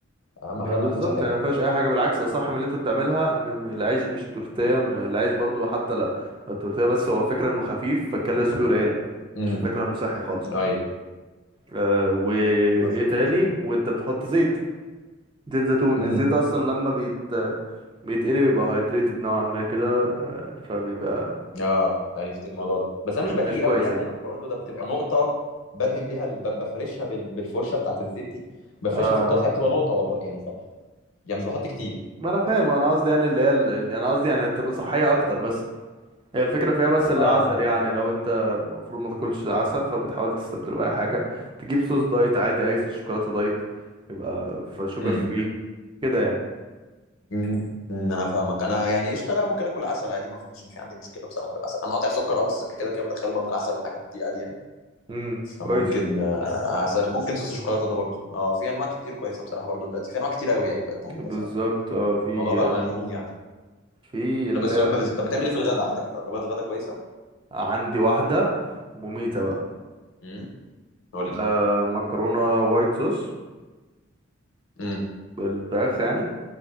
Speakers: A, on the left; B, on the right.
A: فاهم
B: لا
A: حاجه انها
B: بالظبط
A: تكون صحيه
B: يعني ما فيهاش اي حاجه بالعكس اصح من اللي انت بتعملها ان م- العيش مش تورتيه م- العيش برضو حتى لا التورتيه بس هو فكره انه خفيف فالكالوريز فيه قليله
A: امم
B: مش الفكره انه صحي خالص
A: ايوه
B: آه وايه
A: بالظبط
B: تاني وانت بتحط زيت زيت زيتون
A: امم
B: الزيت اصلا لما بيت بيتقلي بيبقى هايدريتد نوعا ما كده آه فبيبقى
A: اه عرفت الموضوع ده بس انا
B: ما
A: مش
B: بيبقاش
A: بقليه
B: كويس
A: قوي يعني
B: يعني
A: انا برضو ده بتبقى نقطه بدهن بيها ال- ب- بفرشها بال- بالفرشه بتاعت الزيت دي بفرشها
B: آه
A: في الطاسه هي بتبقى نقطه والله يعني ف... يعني مش بحط كتير
B: ما انا فاهم انا قصدي يعني اللي هي اللي انا قصدي يعني هتبقى صحيه اكتر بس هي الفكرة فيها بس العسل
A: اه ايوه
B: يعني
A: ايوه
B: لو انت المفروض ما تاكلش عسل فبتحاول تستبدله بأي حاجة تجيب صوص دايت عادي أي صوص شوكولاتة دايت يبقى فشوجر
A: فاهم.
B: فري كده يعني
A: مم. مم، انا فاهمك انا يعني قشطه لا ممكن اكل عسل عادي ما اظنش ان في عندي مشكله بصراحه بالعسل انا قاطع سكر اه بس كده كده بدخله بقى من العسل والحاجات دي عادي يعني
B: امم
A: فممكن
B: كويس
A: آه، عسل ممكن صوص الشوكولاته ده برضو اه في انواع كتير كويسه بصراحه برضو دلوقتي في انواع كتير قوي يعني بقت موجوده
B: بالظبط
A: فالموضوع
B: اه في
A: بقى ملموم يعني
B: في اللي
A: لا بس
B: هي
A: وجبه لذيذه طب بتعمل ايه في الغداء عندك وجبات غدا كويسه
B: عندي واحدة مميتة بقى
A: امم قول لي
B: آه، مكرونة وايت صوص
A: امم
B: بالفراخ يعني